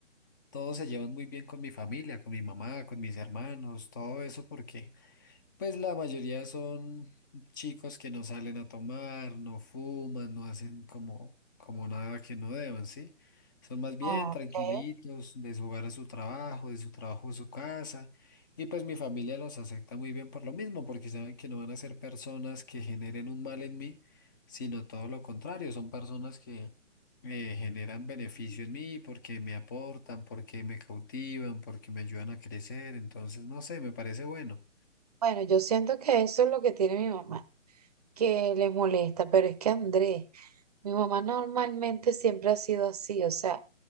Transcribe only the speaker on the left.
todos se llevan muy bien con mi familia, con mi mamá, con mis hermanos, todo eso porque... Pues la mayoría son chicos que no salen a tomar, no fuman, no hacen como, como nada que no deban, ¿sí? Son más bien
tranquilitos, de su hogar a su trabajo, de su trabajo a su casa. Y pues mi familia los acepta muy bien por lo mismo, porque saben que no van a ser personas que generen un mal en mí, sino todo lo contrario, son personas que eh, generan beneficio en mí porque me aportan, porque me cautivan, porque me ayudan a crecer. Entonces, no sé, me parece bueno.